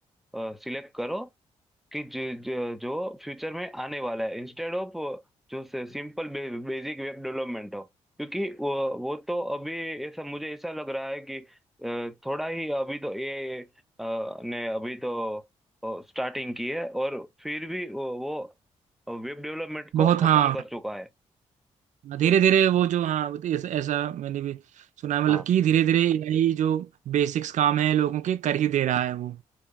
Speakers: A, in the centre; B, on the right.
A: सिलेक्ट करो कि जो, जो फ्यूचर में आने वाला है इंस्टेड ऑफ जो सिंपल बेसिक वेब डेवलपमेंट हो क्योंकि वो वो तो अभी ऐसा मुझे ऐसा लग रहा है कि अ, थोड़ा ही अभी तो ए ने अभी तो स्टार्टिंग की है और फिर भी वो वेब डेवलपमेंट को
B: बहुत
A: खत्म
B: हाँ
A: कर चुका है
B: धीरे धीरे वो जो हाँ वो तो ऐसा ऐसा मैंने भी सुना है मतलब
A: हाँ
B: कि धीरे धीरे एआई जो बेसिक्स काम है लोगों के कर ही दे रहा है वो